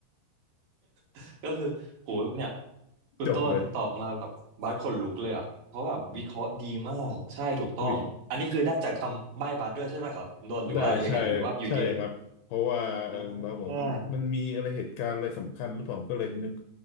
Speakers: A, on the right; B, on the left.
A: <laughs> ก็คือโหเนี่ยคุณต้นตอบมาแบบบาสขนลุกเลยอ่ะเพราะแบบวิเคราะห์ดีมากใช่ถูกต้องอันนี้คือได้จากคำใบ้บาสด้วยใช่ไหมครับคุณต้นหรือว่ายังไงหรือว่าอยู่ดี
B: จบเลย อุ้ย ได้ใช่ใช่ครับเพราะว่าเออคุณบาสบอกมันมันมีอะไรเหตุการณ์อะไรสำคัญหรือเปล่าก็เลยนึก
A: อ่า